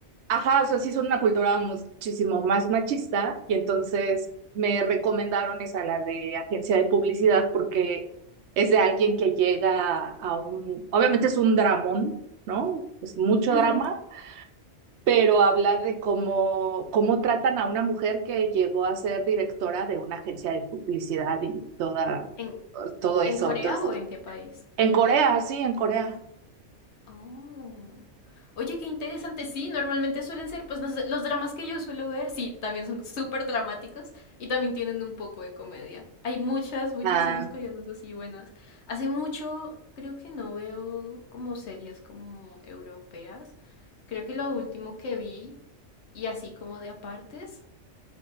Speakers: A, on the right; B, on the left.
A: ajá, o sea, sí son una cultura muchísimo más machista, y entonces me recomendaron esa, la de agencia de publicidad, porque es de alguien que llega a un, obviamente es un dramón, ¿no? Es mucho
B: Ujú.
A: drama,
B: <laughs>
A: pero habla de cómo, cómo tratan a una mujer que llegó a ser directora de una agencia de publicidad y toda,
B: ¿En,
A: todo eso.
B: en Corea
A: Entonces,
B: o en qué país?
A: en Corea, sí, en Corea.
B: Oh. Oye, qué interesante. Sí, normalmente suelen ser, pues, no sé, los dramas que yo suelo ver, sí, también son súper dramáticos y también tienen un poco de comedia. Hay muchas, muchas
A: Ah,
B: series coreanas así buenas. Hace mucho creo que no veo como series como europeas. Creo que lo último que vi, y así como de apartes,